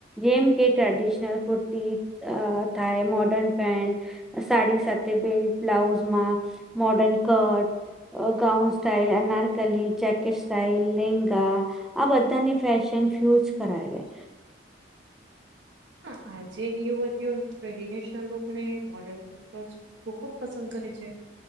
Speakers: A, in the centre; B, on the right.
A: જેમ કે ટ્રેડિશનલ કુર્તી અ થાય મોર્ડર્ન પેન્ટ સાડી સાથે બેલ્ટ, બ્લાઉઝમાં મોર્ડર્ન કટ અ ગાઉન સ્ટાઈલ એના ટોટલી જેકેટ સાઈલ લેંગા આ બધાની ફેશન ફ્યુઝ કરાયે.
B: હા આજે યુવતીઓ ટ્રેડિનેશન લોકોને મોર્ડર્ન ટ લોકો ખૂબ પસંદ કરે છે.